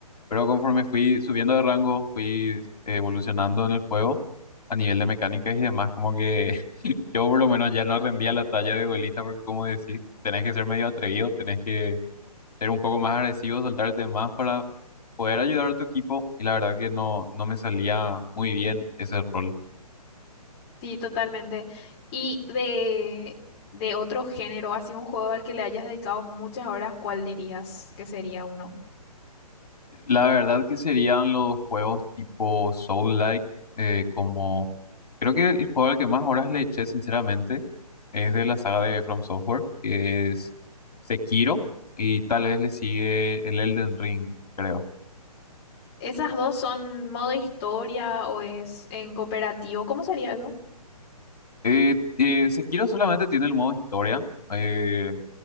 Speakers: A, on the left (about 80°); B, on the left (about 20°).
A: pero conforme fui subiendo de rango, fui evolucionando en el juego a nivel de mecánicas y demás, como que <laughs> yo por lo menos ya no rendía la talla de duelista porque como decís, tenés que ser medio atrevido, tenés que ser un poco más agresivo, soltarte más para poder ayudar a tu equipo y la verdad que no, no me salía muy bien ese rol.
B: Sí, totalmente. Y de, de otro género, así un juego al que le hayas dedicado muchas horas, ¿cuál dirías que sería uno?
A: La verdad que serían los juegos tipo Soul-like, eh, como creo que el juego al que más horas le eché, sinceramente, es de la saga de From Software, que es Sekiro, y tal vez le sigue el Elden Ring, creo.
B: ¿Esas dos son modo historia o es en cooperativo? ¿Cómo sería eso?
A: Eh, eh, Sekiro solamente tiene el modo historia, eh,